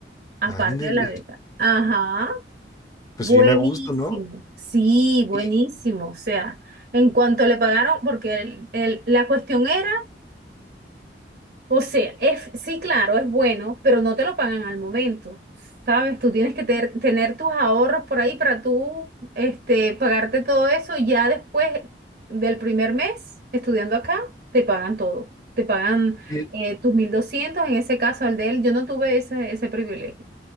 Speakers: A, on the right; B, on the left.
A: Aparte
B: Ándele,
A: de la beca. Ajá,
B: pues
A: buenísimo.
B: bien a gusto, ¿no?
A: Sí, buenísimo.
B: Y,
A: O sea, en cuanto le pagaron, porque el- el- la cuestión era, o sea, es, sí, claro, es bueno, pero no te lo pagan al momento. ¿Sabes? Tú tienes que ter- tener tus ahorros por ahí para tú, este, pagarte todo eso y ya después del primer mes estudiando acá, te pagan todo. Te pagan
B: y-
A: eh, tus 1.200 en ese caso al de él. Yo no tuve ese, ese privilegio